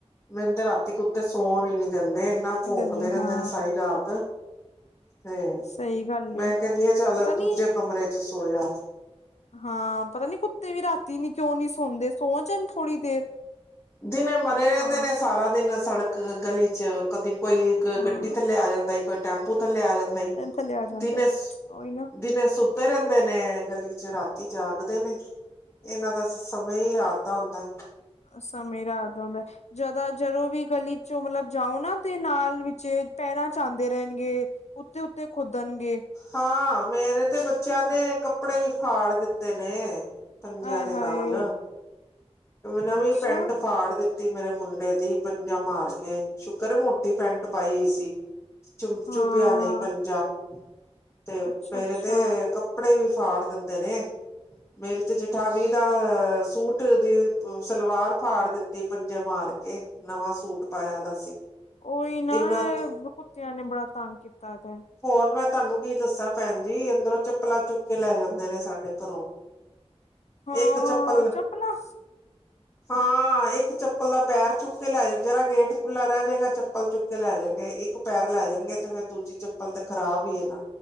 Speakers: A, on the left; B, on the left.
A: ਮੈਨੂੰ ਤੇ ਰਾਤੀ ਕੁੱਤੇ ਸੋਣ ਹੀ ਨੀ ਗੰਦੇ ਇੰਨਾ ਭੋਕਦੇ
B: ਦਿੰਦੇ
A: ਰਹਿੰਦੇ
B: ਹਾਂ
A: ਨੇ ਸਾਰੀ ਰਾਤ ਤੇ
B: ਸਹੀ ਗੱਲ
A: ਮੈਂ
B: ਏ
A: ਕਹਿੰਨੀ ਆ ਚੱਲ
B: ਪਤਾ ਨੀ
A: ਦੂਜੇ ਕਮਰੇ ਚ ਸੋ ਜਾ।
B: ਹਾਂ ਪਤਾ ਨੀ ਕੁੱਤੇ ਵੀ ਰਾਤੀ ਨੀ ਕਿਉਂ ਨੀ ਸੌੰਦੇ, ਸੋ ਜਾਣ ਥੋੜ੍ਹੀ ਦੇਰ।
A: ਦਿਨੇ ਮਰੇ ਰਹਿੰਦੇ
B: ਹਾਂ
A: ਨੇ ਸਾਰਾ ਦਿਨ ਸੜਕ ਗਲੀ ਚ ਕਦੀ ਕੋਈ
B: ਹਾਂ।
A: ਗੱਡੀ ਥੱਲੇ ਆ ਜਾਂਦਾ ਈ, ਕੋਈ ਟੈਂਪੂ ਥੱਲੇ ਆ ਜਾਂਦਾ ਈ,
B: ਥੱਲੇ ਆ ਜਾਂਦਾ
A: ਦਿਨੇ
B: ਉਹੀ ਨਾ
A: ਦਿਨੇ ਸੁੱਤੇ ਰਹਿੰਦੇ ਨੇ ਗਲੀ ਚ, ਰਾਤੀ ਜਾਗਦੇ ਨੇ ਇਹਨਾਂ ਦਾ ਸਮੇਯ ਹੀ ਰਾਤ ਦਾ ਹੁੰਦਾ।
B: ਸਮੇਯ ਰਾਤ ਦਾ ਹੁੰਦਾ, ਜਦਾ ਜਦੋਂ ਵੀ ਗਲੀ ਚੋਂ ਮਤਲਬ ਜਾਓ ਨਾ ਤੇ ਨਾਲ ਵਿੱਚੇ ਪੈਰਾਂ ਚ ਆੰਦੇ ਰਹਿਣਗੇ। ਉੱਤੇ ਉੱਤੇ ਕੁਦਣਗੇ।
A: ਹਾਂ ਮੇਰੇ ਤੇ ਬੱਚਿਆਂ ਦੇ ਕੱਪੜੇ ਵੀ ਫਾੜ ਦਿੱਤੇ ਨੇ। ਪੰਜਿਆਂ
B: ਆਏ
A: ਦੇ
B: ਹਾਏ
A: ਨਾਲ, ਨਵੀ
B: ਅੱਛਾ
A: ਪੈਂਟ ਫਾੜ ਦਿੱਤੀ ਮੇਰੇ ਮੁੰਡੇ ਦੀ ਪੰਜਾ ਮਾਰ ਕੇ, ਸ਼ੁਕਰ ਹੈ ਮੋਟੀ ਪੈਂਟ ਪਾਈ ਈ ਸੀ। ਚ
B: ਹਾਂ
A: ਚੁਭਿਆ ਨਹੀਂ ਪੰਜਾ ਤੇ
B: ਅੱਛਾ
A: ਮੇਰੇ
B: ਅੱਛਾ,
A: ਤੇ ਕੱਪੜੇ ਵੀ ਫਾੜ ਦਿੰਦੇ ਨੇ, ਮੇਰੀ ਤੇ ਜੇਠਾਨੀ ਦਾ ਅ ਸੂਟ ਦੀ ਸਲਵਾਰ ਫਾੜ ਦਿੱਤਾ, ਦਿਤੀ ਪੰਜੇ ਮਾਰ ਕੇ, ਨਵਾਂ ਸੂਟ ਪਾਇਆ ਦਾ ਸੀ,
B: ਉਹੀ ਨਾ,
A: ਇੰਨਾ
B: ਐ ਕੁੁੱਤਿਆਂ ਨੇ ਬੜਾ ਤੰਗ ਕੀਤਾ ਦਾ ਐ
A: ਹੋਰ ਮੈਂ ਤੁਹਾਨੂੰ ਕੀ ਦੱਸਾਂ ਭੈਣ ਜੀ, ਅੰਦਰੋਂ ਚੱਪਲਾਂ ਚੁੱਕ ਕੇ ਲੈ ਜਾਂਦੇ ਨੇ ਸਾਡੇ ਘਰੋਂ,
B: ਹਾਂ
A: ਇੱਕ ਚੱਪਲ,
B: ਚੁੱਪ ਨਾ
A: ਹਾਂ ਇੱਕ ਚੱਪਲ ਦਾ ਪੈਰ ਚੁੱਕ ਕੇ ਲੈ ਜਾਓ, ਜਰਾ ਗੇਟ ਖੁੱਲਾ ਰਹਿ ਜਾਏਗਾ ਚੱਪਲ ਚੁੱਕ ਚੱਕ ਲੈ ਜਾਣਗੇ, ਇੱਕ ਪੈਰ ਲੈ ਜਾਣਗੇ ਤੇ ਫਿਰ ਦੂਜੀ ਚੱਪ ਚਪਲ ਤੇ ਖਰਾਬ ਹੀ ਹੈ ਨਾ,